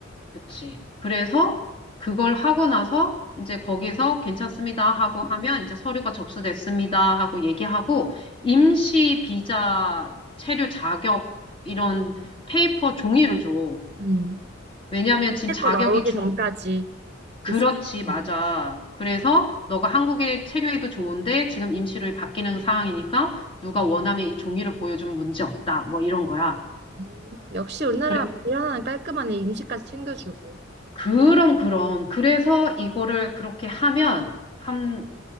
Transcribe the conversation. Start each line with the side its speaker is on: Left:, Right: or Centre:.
Left: 그치. 그래서 그걸 하고 나서 이제 거기서 괜찮습니다 하고 하면 이제 서류가 접수됐습니다 하고 얘기하고, 임시 비자 체류 자격 이런 페이퍼 종이를 줘.
Right: 음.
Left: 왜냐하면 지금
Right: 택거
Left: 자격이
Right: 나오기
Left: 중,
Right: 전까지
Left: 그렇지.
Right: 있을 수
Left: 맞아.
Right: 있는.
Left: 그래서 너가 한국에 체류해도 좋은데 지금 임시로 바뀌는 상황이니까 누가 원하면 이 종이를 보여주면 문제 없다. 뭐 이런 거야.
Right: 음, 역시 우리나라
Left: 그래.
Right: 일 하나는 깔끔하네. 임시까지 챙겨주고.
Left: 그럼 그럼. 그래서 이거를 그렇게 하면 한